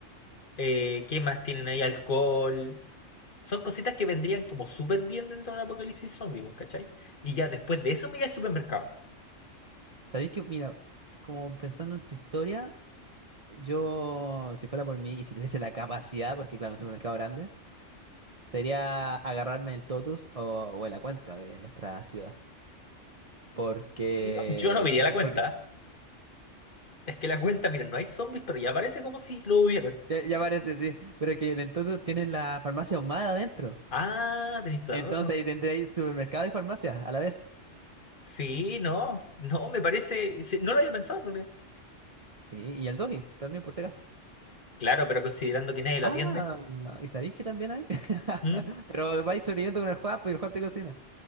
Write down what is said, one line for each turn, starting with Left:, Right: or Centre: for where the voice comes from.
Left: eh, ¿qué más tienen ahí? Alcohol. Son cositas que vendrían como súper bien dentro de un apocalipsis zombie, po, ¿cachai? Y ya después de eso me iría al supermercado.
Right: ¿Sabéis que, mira, como pensando en tu historia, yo, si fuera por mí y si tuviese la capacidad, porque claro, un supermercado grande, sería agarrarme el totus o, o en la cuenta de nuestra ciudad. Porque,
Left: No, yo no diría la cuenta.
Right: porque
Left: Es que la cuenta, miren, no hay zombies, pero ya parece como si lo hubieran.
Right: ya, ya parece, sí, pero es que en el totus tienen la farmacia ahumada adentro.
Left: Ah, tenéis toda
Right: Entonces
Left: la razón.
Right: ahí tendréis supermercado y farmacia a la vez.
Left: Sí, no, no, me parece. sí, no lo había pensado, en realidad.
Right: Sí, y el doji también, por si acaso.
Left: Claro, pero considerando que nadie lo
Right: Ah,
Left: atiende.
Right: ¿y sabéis que también hay? <laughs>
Left: ¿Mm?
Right: Pero vais sobreviviendo con el Juan, pues, y el Juan te cocina.